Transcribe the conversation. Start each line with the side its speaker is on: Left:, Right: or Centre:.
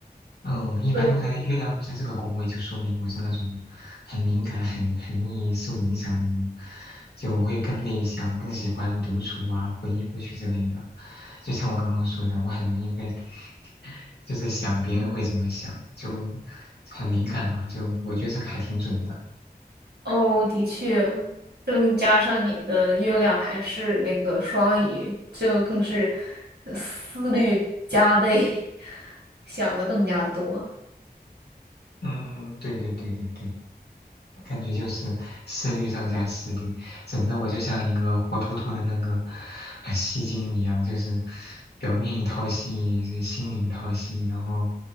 Left: 嗯，一般都在月亮落在这个宫位，
Right: 对。
Left: 就说明我是那种很敏感、很很易受影响的人，就我会更内向，更喜欢独处啊，回忆过去之类的。就像我刚刚说的，我很容易被，<laughs> 就是想别人会怎么想，就很敏感嘛，就我觉得这个还挺准的。
Right: 哦，的确，更加上你的月亮还是那个双鱼，就更是呃思虑加倍，<laughs> 想的更加多。
Left: 嗯，嗯嗯对对对对对。感觉就是思虑上加思虑，整的我就像一个活脱脱的那个呃戏精一样，就是表面一套戏，心里一套戏，然后